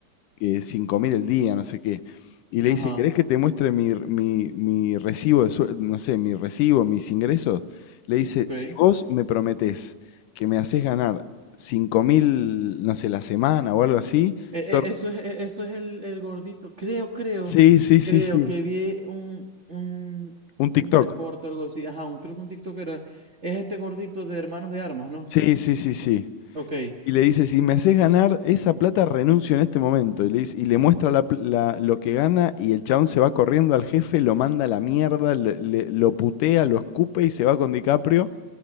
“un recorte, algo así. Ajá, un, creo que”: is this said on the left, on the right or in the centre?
Right